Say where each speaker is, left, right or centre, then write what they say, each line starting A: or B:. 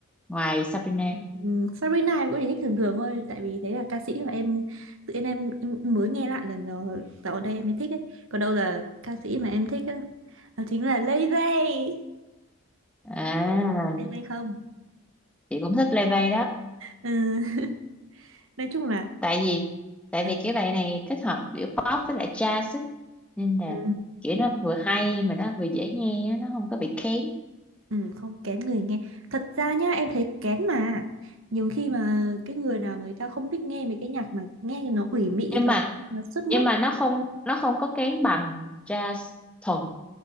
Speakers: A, in the centre; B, on the right (about 60°).
A: ngoài Sabrina?
B: Ừm, Sabrina em cũng chỉ thích thường thường thôi tại vì đấy là ca sĩ mà em tự nhiên em, em mới nghe lại lần ờ, dạo gần đây em mới thích ấy còn đâu là ca sĩ mà em thích á đó chính là Lay Ray
A: À,
B: Lay Ray Lay Ray không
A: chị cũng thích Lê Vây đó.
B: ừ. <laughs> nói chung là
A: Tại vì tại
B: ừ.
A: vì cái bài này kết hợp giữa pop với lại jazz á. Nên là
B: Ừ.
A: kiểu nó vừa hay mà nó vừa dễ nghe, á, nó không có bị kén.
B: Ừ. không kén người nghe thật ra nhá em thấy kén mà nhiều khi mà cái người nào mà người ta không thích nghe mấy cái nhạc mà nghe nó ủy mị
A: Nhưng
B: rồi
A: mà
B: nó sướt mướt
A: nhưng mà nó không nó không có kén bằng jazz thuần,